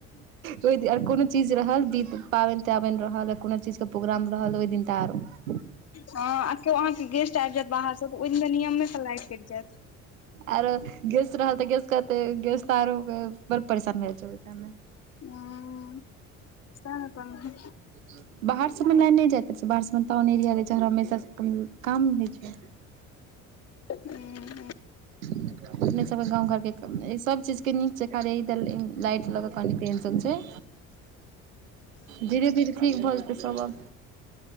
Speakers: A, on the right; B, on the left.
A: ओहि आर कोनो चीज रहल दीत पाबनि त्याबनि रहल कोनो चीज के प्रोग्राम रहल ओहि दिन त आरो
B: ह केओ अहाँके गेस्ट आब जायत बाहरसँ तऽ ओहि दिन नियमे सलाइ कटि जायत
A: आरो गेस रह तऽ गैस कहते गस तऽ आरो बड़ परेशान भए जाइ छै।
B: हूँ सएह कहलौं हूँ
A: <unintelligible> बाहर सबमे लए नहि जाइत बाहर सब टाउन एरिया छै ह हमेशा काम होइ छै।
B: ह्म्म
A: अपने सबके गाँंव घर के सब चीज के नीक छे खाली लाइट ल के क धीरे धीरे ठीक भ जीते सब अब